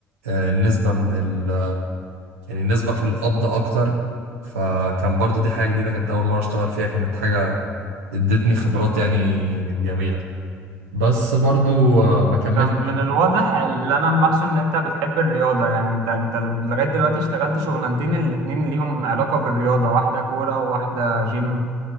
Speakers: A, on the right (about 80°); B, on the right (about 70°).
A: آه، نسبه من ال يعني نسبه في القبض اكتر فكان برضو دي حاجه جديده كانت اول مره اشتغل فيها كانت حاجه ادتني خبرات يعني جميله بس برضو آه، ما كملتش
B: طب من الواضح اللي أنا ملاحظه إن أنت بتحب الرياضة يعني أنت أنت لغاية دلوقتي اشتغلت شغلانتين الاتنين ليهم علاقة بالرياضة واحدة كورة وواحدة جيم